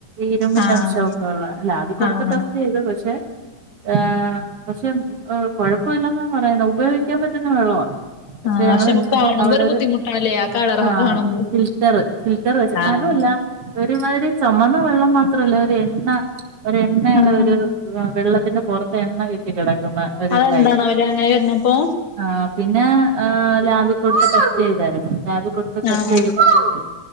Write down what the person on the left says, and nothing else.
ആഹ്
ആഹ്
ആഹ്
നമുക്ക്
കാണുമ്പോ ഒരു ബുദ്ധിമുട്ടാണല്ലേ കളറൊക്കെ
കാണുമ്പോ
ആഹ്
ആഹ്
അതെന്താണാവല്ലേ
അങ്ങനെ വരുന്നപ്പോ
ആഹ്